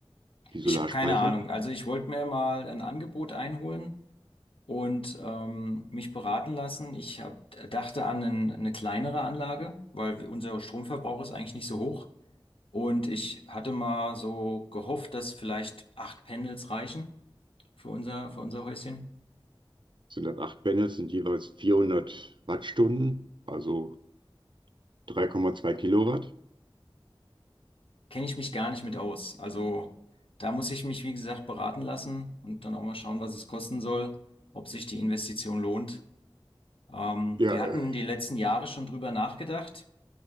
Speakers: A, on the right; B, on the left.
A: die Solarspeicher?
B: Ich habe keine Ahnung. Also ich wollte mir mal ein Angebot einholen und ähm, mich beraten lassen. Ich hab, dachte an einen, eine kleinere Anlage, weil unser Stromverbrauch ist eigentlich nicht so hoch. Und ich hatte mal so gehofft, dass vielleicht acht Panels reichen für unser, für unser Häuschen.
A: Sind das acht Panels sind jeweils 400 Wattstunden, also 3,2 Kilowatt.
B: Kenne ich mich gar nicht mit aus. Also da muss ich mich, wie gesagt, beraten lassen und dann auch mal schauen, was es kosten soll, ob sich die Investition lohnt. Ähm,
A: Ja,
B: wir
A: äh,
B: hatten die letzten Jahre schon drüber nachgedacht,